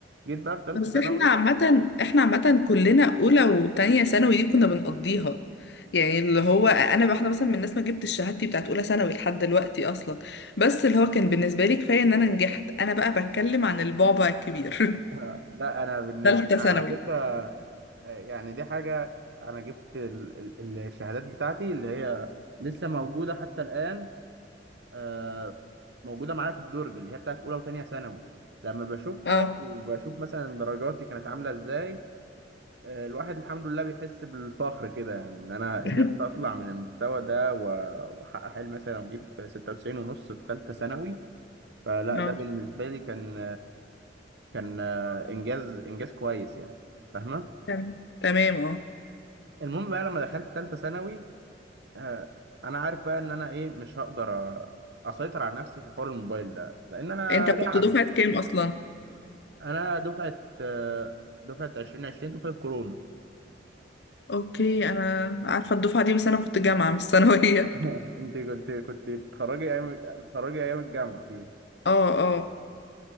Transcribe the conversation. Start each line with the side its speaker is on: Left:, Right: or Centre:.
Right: جيت بقى في ثالثه
Left: بس
Right: ثانوي
Left: احنا عامة احنا عامة كلنا أولى وتانية ثانوي دي كنا بنقضيها يعني اللي هو انا بقى- احنا مثلا من الناس ما جبتش شهادتي بتاعت اولى ثانوي لحد دلوقتي اصلا بس اللي هو كان بالنسبه لي كفايه ان انا نجحت انا بقى بتكلم عن البعبع الكبير
Right: آه، لا انا بالنسبه
Left: <laughs> ثالثه
Right: انا
Left: ثانوي
Right: على فكره يعني دي حاجة أنا جبت ال- ال- الشهادات بتاعتي اللي هي لسه موجودة حتى الآن آه، موجودة معايا في الدرج اللي هي بتاعت أولى وتانية ثانوي لما بشوفها
Left: اه
Right: وبشوف مثلا درجاتي كانت عاملة إزاي آه، الواحد الحمد لله بيحس بالفخر كده يعني إن أنا
Left: <laughs>
Right: قدرت أطلع من المستوى ده و- وأحقق حلمي مثلا وأجيب 96 ونص في ثالثة ثانوي فلا
Left: اه
Right: ده بالنسبة لي كان كان آه، إنجاز إنجاز كويس يعني فاهمة؟
Left: تمام تمام اه
Right: المهم بقى لما دخلت ثالثة ثانوي آه، انا عارف بقى ان انا ايه مش هقدر أ- اسيطر على نفسي في حوار الموبايل ده لان انا
Left: انت كنت
Right: لاعبي
Left: دفعة كام اصلا
Right: انا دفعه آه، دفعه 2020 دفعه كورونا
Left: اوكي انا عارفة الدفعة دي بس انا كنت جامعة مش ثانوية
Right: <laughs> انت كنت كنت بتتخرجي ايام بتتخرجي ايام الجامعه فيها
Left: <laughs> اه اه